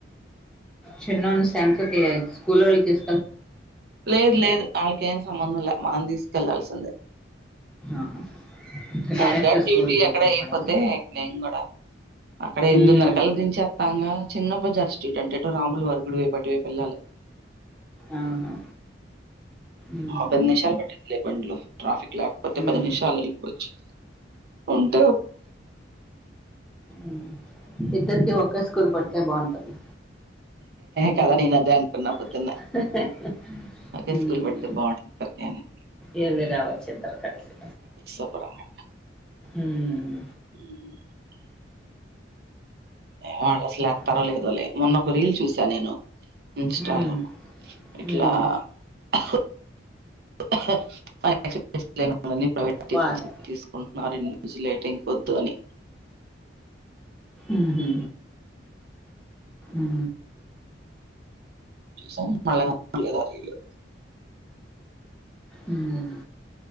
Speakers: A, in the centre; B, on the right.
A: చిన్నోన్ని సెంటర్కి స్కూల్ వాళ్ళు తీస్
B: లేదు లేదు వాళ్ళకి ఏం సంబంధం లే మనం తీసుకెళ్ళాల్సిందే
A: ఆహా
B: నాగాన్ని
A: డైరెక్ట్ స్కూల్కి
B: డ్యూటీ ఎక్కడ
A: వెళ్ళిపోవడమా
B: ఎయ్యకపోతే నేను కూడా అక్కడ ఎందున్నర
A: ఉమ్.
B: కలు గురించి వస్తాంగా చిన్న బజార్ స్ట్రీట్ అంటే ఎటో రాములు వారి గుడి వై పటువైపేల్లాలి
A: ఆహా ఉమ్.
B: యాభై నిమిషాలు పట్టింది బండిలో ట్రాఫిక్ లేకపోతే
A: ఉమ్.
B: పది నిమిషాల్లో వెళ్ళిపోవచ్చు ఎంతో
A: ఉ ఇద్దరికి ఒక్కే స్కూల్ పడితే బాగుండు అ
B: కదా నేను అదే అనుకున్నా పొద్దున్న
A: <inaudible>
B: ఒకే
A: ఉమ్
B: స్కూల్ పడితే బాగుంటుంది తకని
A: వెళ్ళి రావచ్చు ఇద్దరు కలిసి
B: శుభ్రంగా
A: ఉమ్
B: ఉమ్ వాళ్ళు అసలు ఏస్తారో
A: అదే
B: లేదో లే మొన్నొ ఒక రీల్ చూసాను నేను ఇన్స్టాలో
A: ఉమ్
B: ఇట్లా
A: ఉమ్
B: <unintelligible>
A: వాట్
B: తీసుకుంటున్నారు ఇన్ని విజిలేటింగ్ పొద్దు అని
A: ఉహు ఉ
B: సౌండ్ <unintelligible>
A: ఉమ్